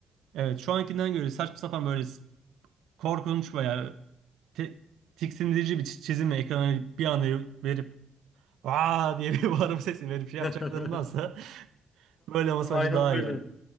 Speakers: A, on the right; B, on the left.
A: Evet şu ankinden göre saçma sapan böyle korkunç veya te- tiksindirici bir çi- çizimle ekrana bir anda verip aa diye bir <laughs> bağırma sesi verip şey yapacaklarındansa
B: <laughs>
A: böyle olması
B: Aynen
A: bence daha
B: öyle.
A: iyi yani.